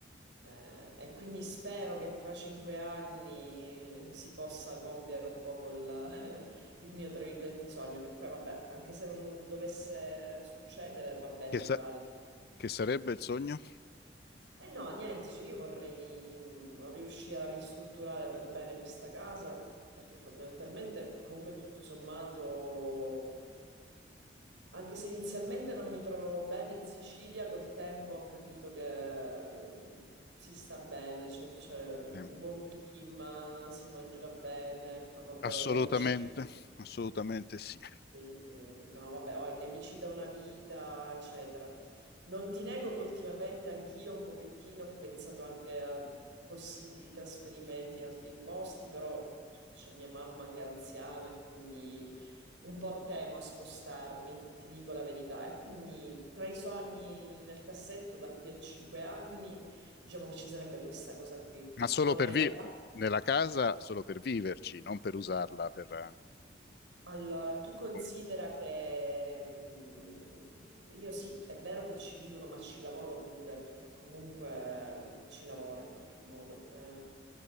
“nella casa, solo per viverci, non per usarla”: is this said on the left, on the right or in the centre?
Left